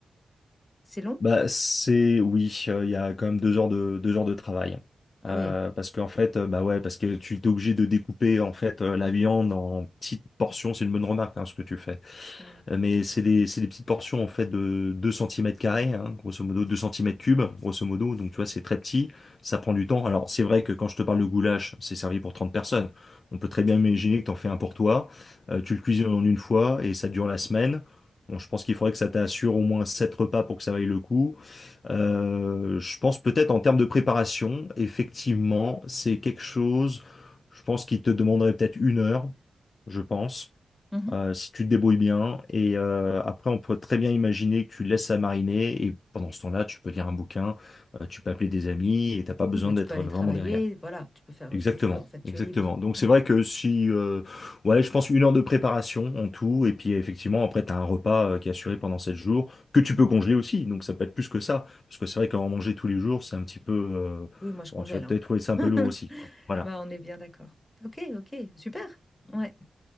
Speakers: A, on the left; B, on the left.
A: C'est long?
B: Bah, c'est oui, euh, il y a quand même deux heures de deux heures de travail.
A: Ah
B: Euh,
A: oui.
B: parce qu'en fait, euh, bah ouais, parce que tu es obligé de découper en fait euh, la viande en petites portions. C'est une bonne remarque hein, ce que tu fais.
A: Mm.
B: Euh, Mais c'est des, c'est des petites portions en fait de 2 centimètres carrés, hein, grosso modo 2 centimètres cubes, grosso modo. Donc tu vois, c'est très petit, ça prend du temps. Alors c'est vrai que quand je te parle de goulash, c'est servi pour 30 personnes. On peut très bien imaginer que t'en fais un pour toi, euh, tu le cuisines en une fois et ça dure la semaine. Bon, je pense qu'il faudrait que ça t'assure au moins 7 repas pour que ça vaille le coup. Euh, je pense peut-être en termes de préparation, effectivement, c'est quelque chose, je pense qu'il te demanderait peut-être une heure je pense
A: Mhm.
B: euh, si tu te débrouilles bien. Et euh, après, on peut très bien imaginer que tu laisses ça mariner et pendant ce temps-là, tu peux lire un bouquin, euh, tu peux appeler des amis et t'as pas besoin
A: Oui, bah, tu
B: d'être
A: peux aller
B: vraiment
A: travailler,
B: derrière.
A: voilà, tu peux faire
B: Exactement,
A: euh, ce que tu veux, en fait, tu
B: exactement.
A: es libre.
B: Donc
A: Ouais.
B: c'est vrai que si, euh, ouais, je pense une heure de préparation en tout, et puis effectivement après t'as un repas euh, qui est assuré pendant sept jours que tu peux congeler aussi. Donc ça peut être plus que ça, parce que c'est vrai qu'en manger tous les jours, c'est un petit peu, euh,
A: Oui, moi je congèle,
B: bon, tu vas peut-être
A: hein.
B: trouver ça
A: <laughs>
B: un peu lourd aussi, quoi. Voilà.
A: Bah, on est bien d'accord. Ok, ok, super. Ouais.